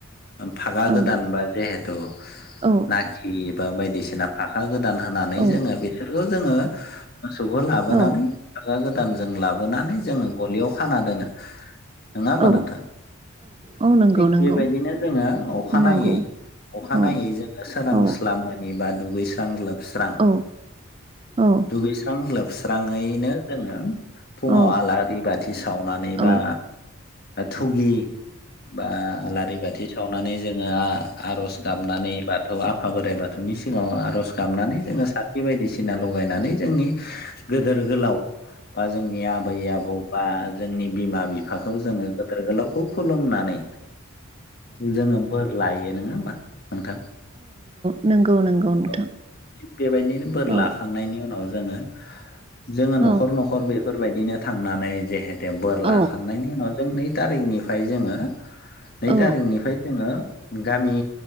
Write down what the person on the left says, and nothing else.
फागा
गोदान बा जिहेथु न
नाखि बा बायदिसिना फाखा गोदान होनानै
जोङो बिसोरखौ जोङो मोसौखौ लाबोनानै
फागा गोदानजों लाबोनानै जोङो गलियाव खाना दोनो नङा
होमबा नोंथां
थिग
बेबायदिनो जोङो अखानायै
अखानायै
जों सोरांस्लाब
मोनिबा दुगैस्रां लोबस्रां
दुगैस्रां लोबस्राङैनो जोङो फुङाव
आलारि बाथि सावनानै
बा थुगि बा आलारि बाथि सावनानै जोङो आर'ज गाबनानै बाथौ आफा बोराइ बाथौनि सिगाङाव आर'ज गाबनानै जोङो साखि बे बायदिसिना लगायनानै जोंनि गोदोर गोलाव बा जोंनि आबै आबौ बावबा जोंनि बिमा बिफाखौ जोङो गेदोर गोलावखौ खुलुमनानै जोङो बोर लायो नोङा होमबा नोंथां
औ बेबायदिनो बोर
लाखांनायनि उनाव जोङो जोङो
न'खर न'खर बेफोरबायदिनो थांनानै जेहेते बोर
लाखांनायनि उनाव जों नै थारिनिफ्राय जोङो नै
थारिनिफ्राय जोङो गामि